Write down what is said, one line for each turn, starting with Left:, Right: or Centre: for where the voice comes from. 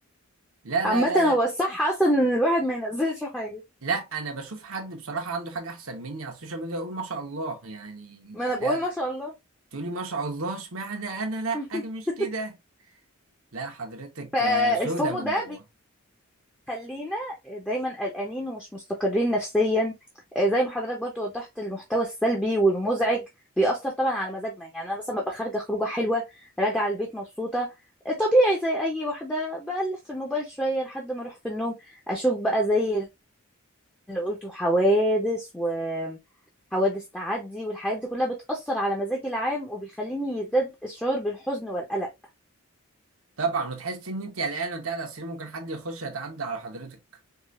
Right: لا
Centre: عامة
Right: لا لا لا
Centre: هو الصح اصلا ان الواحد ما ينزلش حاجة
Right: لا انا بشوف حد بصراحه عنده حاجه احسن مني على السوشيال ميديا اقول ما شاء الله يعني
Centre: ما انا بقول
Right: ده
Centre: ما شاء الله
Right: تقولي ما شاء الله اشمعنى انا لا أنا
Centre: <laughs>
Right: مش كده لا حضرتك
Centre: فالفومو
Right: آه، سودة من
Centre: ده
Right: جوه
Centre: بيخلينا دايما قلقانين ومش مستقرين نفسيا آه، زي ما حضرتك برضو وضحت المحتوى السلبي والمزعج بيأثر طبعا على مزاجنا يعني انا مثلا ببقى خارجة خروجة حلوة راجعة البيت مبسوطة آه، طبيعي زي اي واحدة بقلب في الموبايل شوية لحد ما اروح في النوم اشوف بقى زي اللي قلته حوادث و... حوادث تعدي والحاجات دي كلها بتأثر على مزاجي العام وبيخليني يزداد الشعور بالحزن والقلق
Right: طبعا وتحس ان انت قلقان وانت قاعد على السرير ممكن حد يخش يتعدى على حضرتك